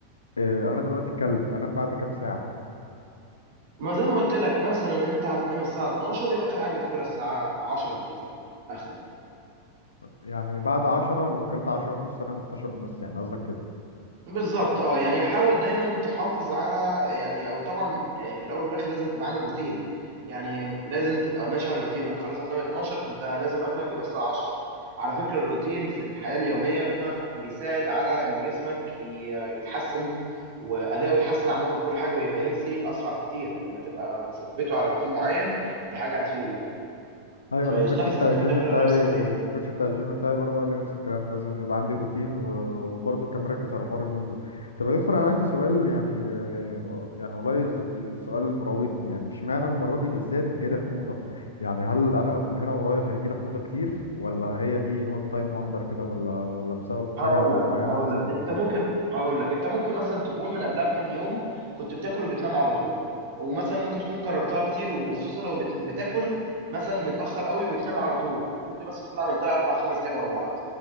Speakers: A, on the left; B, on the right.
A: إيه، انا دلوقتي اكلت انام بعد كام ساعه
B: ما زي ما قلت لك مثلا انت هتنام الساعه 12 يبقى اخر حاجه تاكلها الساعه 10 بالكتير اخرك
A: يعني بعد عشرة لو اكلت عشرة ونص انام اتناشر ونص يعني قصدك كده
B: بالظبط اه يعني حاول دايما تحافظ على يعني او طبعا يعني في الاول وفي الاخر لازم تبقى عامل روتين يعني لازم تبقى ماشي على الروتين انك خلاص هتنام 12 فانت لازم اكلك يبقى الساعه 10 على فكره الروتين في الحياه اليوميه بيساعد على ان جسمك ي- يتحسن واداؤه يتحسن عامه في كل حاجه ويبقى هيلسي اسرع بكتير لما تبقى مثبته على روتين معين دي حاجه هتفيده جدا
A: ايوه
B: فيستحسن
A: انا الكوتش بتاع الجيم
B: انك تاكل
A: بتاعي
B: قبلها بساعتين
A: الكوتش بتاع الجيم بتاعي برضو قال لي نفس الكلام لازم يبقى عندي روتين و- وبرضو كان مركز على حوار النوم ده طب يا دكتور انا عندي سؤال يعني آه، يعني والله ز- سؤال مراودني يعني اشمعنى المره دي بالذات جالي حموضه يعني هل انا من هنا ورايح هيجي لي حموضه كتير ولا هي دي وان تايم وندر كده ولا ولا بسبب حاجه
B: هقول لك
A: معينه
B: هقول
A: حصلت
B: لك انت ممكن هقول لك انت ممكن مثلا تكون من قبلها بكام يوم كنت بتاكل وبتنام على طول ومثلا ممكن تكون كررتها كتير وخصوصا لو بت... بتاكل مثلا متاخر قوي وتنام على طول ممكن مثلا تكون عملتها اربع خمس ايام ورا بعض